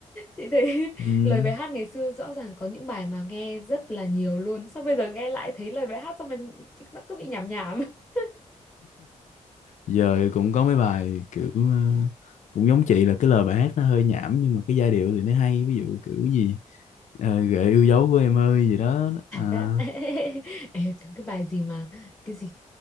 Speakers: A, on the left; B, on the left.
A: Chị thấy <laughs>
B: Ừm,
A: lời bài hát ngày xưa rõ ràng có những bài mà nghe rất là nhiều luôn. Sao bây giờ nghe lại thấy lời bài hát sao mà nó cứ bị nhảm nhảm. <laughs>
B: giờ cũng có mấy bài kiểu ờ, cũng giống chị là cái lời bài hát nó hơi nhảm nhưng mà cái giai điệu thì nó hay ví dụ kiểu gì ờ, gợi yêu dấu của em ơi gì đó
A: Cảm
B: à,
A: giác, <laughs> Ê, cái cái bài gì mà cái gì